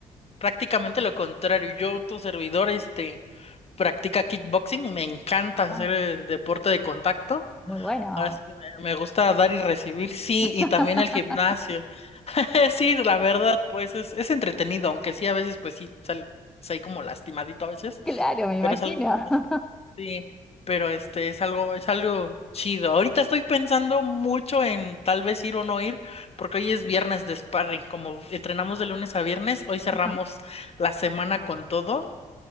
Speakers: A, on the left; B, in the centre.
A: prácticamente lo contrario. Yo, tu servidor, este, practica kickboxing, me encanta
B: Ah,
A: hacer eh, deporte de contacto.
B: muy bueno.
A: Ahora sí que me me gusta dar y recibir, sí,
B: <laughs>
A: y también el gimnasio. <laughs> Sí, la verdad, pues es, es entretenido, aunque sí, a veces, pues sí, sales ahí como lastimadito a veces,
B: Claro, me
A: pero
B: imagino.
A: es algo.
B: <laughs>
A: Sí, pero este es algo, es algo chido. Ahorita estoy pensando mucho en tal vez ir o no ir, porque hoy es viernes de sparring. Como entrenamos de lunes a viernes, hoy cerramos
B: Ajá.
A: la semana con todo